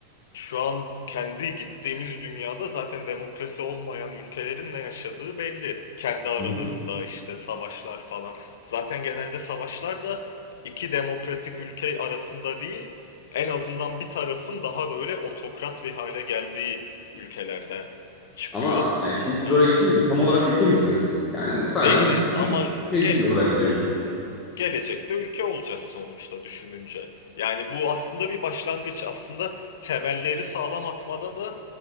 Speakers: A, on the left (about 60°); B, on the left (about 20°).
A: Şu an kendi gittiğimiz dünyada zaten demokrasi olmayan ülkelerin ne yaşadığı belli. Kendi aralarında
B: Hı hı.
A: işte savaşlar falan. Zaten genelde savaşlar da iki demokratik ülke arasında değil, en azından bir tarafın daha böyle otokrat bir hale geldiği ülkelerden çıkıyor.
B: Ama yani şimdi siz
A: Em,
B: oraya gittiniz de tam olarak ülke misiniz? Yani sadece
A: değiliz
B: 100,
A: ama
B: 100 kişiye
A: gel
B: gidiyor olarak gidiyorsunuz.
A: gelecekte ülke olacağız sonuçta düşününce. Yani bu aslında bir başlangıç. Aslında temelleri sağlam atmada da